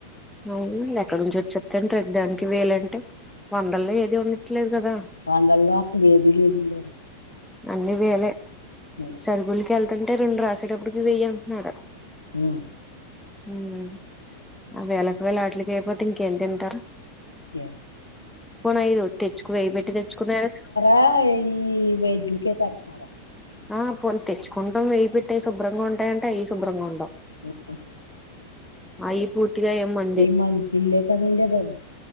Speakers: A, in the centre; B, on the left.
A: అవును ఎక్కడ నుంచి వచ్చెత్తాయి అండి ప్రతి దానికి వేలంటే వందల్లో ఏది ఉండట్లేదు కదా
B: వందలో అసలు ఏది లేదండి
A: అన్ని వేలే
B: లేదు
A: సరిగులకి వెళ్తుంటే రెండు రాసేటప్పడుకి వెయ్ అంటున్నారు
B: ఊ
A: ఊమ్ ఆ వేళకు వేలు వాటికి అయిపోతే ఇంకేం తింటారు
B: ఏమో
A: పోన ఐ రొట్టిచుకు వెయ్యి పెట్టి తెచ్చుకున్నారు
B: అ ఈ వైద్యకే పెడతారా
A: ఆ పోని తెచ్చుకుంటాం వెయ్య పెట్టే అయి శుభ్రంగా ఉంటాయ అంటే అవి శుభ్రంగా ఉండవ్
B: ఉ ఊ
A: అవి పూర్తిగా ఏం మందే
B: మందులే కదండి బాబు